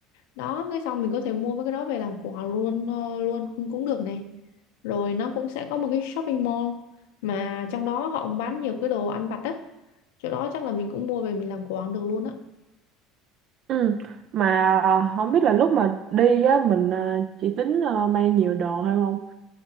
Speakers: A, on the left; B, on the right.
A: đó cái xong mình có thể mua mấy cái đó về làm quà luôn ờ, luôn cũng cũng được này rồi nó cũng sẽ có một cái shopping mall mà trong đó họ cũng bán nhiều cái đồ ăn vặt á chỗ đó chắc là mình cũng mua về mình làm quà cũng được luôn á
B: ừ. Mà ờ, không biết là lúc mà đi á mình ờ, chị tính ờ, mang nhiều đồ hay không?